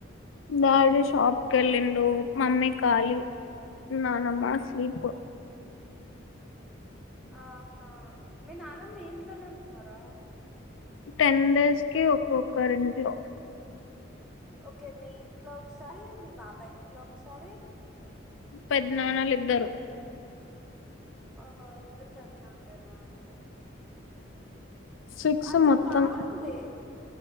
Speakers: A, on the left (about 80°); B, in the centre.
A: దాడి షాప్ క వెళ్ళిండు మమ్మీ ఖాలి నానమ్ మా స్లిప
B: ఆహా మీ నానమ్మ ఇంట్లోనే ఉంటున్నారా
A: టెన్ డేస్ కి ఒక్కొక్కరి ఇంట్లో
B: ఓకే మీ ఇంట్లో ఒకసారి మీ బాబాయ ఇంట్లో ఒకసారి
A: పెద్దనాన్నలు ఇద్దరు
B: ఆహ ఇద్దరు పెద్ద లేనా కే
A: సిక్స్
B: అట్లా
A: మొత్తం
B: బాగుంది